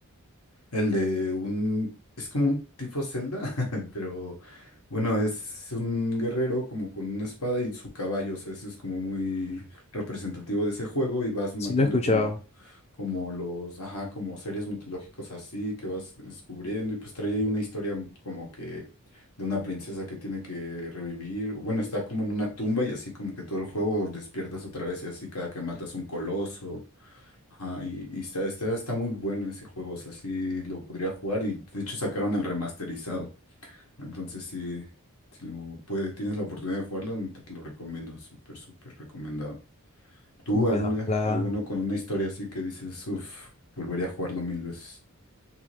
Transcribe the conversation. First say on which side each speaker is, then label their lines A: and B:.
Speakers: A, on the left; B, on the left.
A: El de un... Es como un tipo Zelda, <laughs> pero bueno, es un guerrero como con una espada y su caballo. O sea, eso es como muy representativo de ese juego y vas matando
B: Sí lo he escuchado.
A: como, como los, ajá, como seres mitológicos así que vas descubriendo y pues trae ahí una historia como que de una princesa que tiene que revivir. Bueno, está como en una tumba y así como que todo el juego despiertas otra vez y así cada que matas un coloso. Ajá, y, y está, está, está muy bueno ese juego, o sea, sí lo podría jugar y de hecho sacaron el remasterizado. Entonces, sí, si lo puede, tienes la oportunidad de jugarlo, neta te lo recomiendo, súper, súper recomendado. ¿Tú
B: Bueno,
A: alguna,
B: ojalá.
A: alguno con una historia así que dices, uff, volvería a jugarlo mil veces?